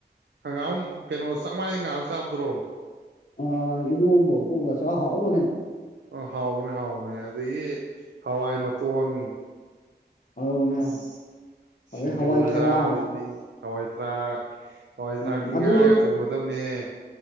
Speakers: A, on the right; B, on the left.
A: ꯍꯪꯒꯥꯝ ꯀꯩꯅꯣ ꯆꯞꯃꯥꯏꯅ ꯉꯥꯜꯂ ꯆꯥꯕꯗ꯭ꯔꯣ
B: ꯑ ꯑꯦꯔꯣꯝꯕꯒꯥ ꯀꯣꯠꯂꯒ ꯆꯥꯕꯥ ꯍꯧꯕꯅꯦ
A: ꯑ ꯍꯥꯎꯅꯦ ꯍꯥꯎꯅꯦ ꯗꯒꯤ ꯍꯋꯥ ꯃ ꯇꯣꯟ
B: ꯑꯗꯨꯅꯦ
A: ꯑꯁ ꯁꯤꯡꯖꯨꯒꯖꯥ
B: ꯑꯗꯩ ꯍꯋꯥꯏ ꯊꯔꯥꯛ
A: ꯍꯧꯖꯤꯗꯤ ꯍꯋꯥꯏ ꯇꯔꯥꯛ ꯍꯋꯥꯏ ꯊꯔꯥꯛꯇꯤ
B: ꯎꯝ ꯑꯗꯨ
A: ꯉꯥꯒ ꯊꯣꯡꯒꯗꯕꯅꯦ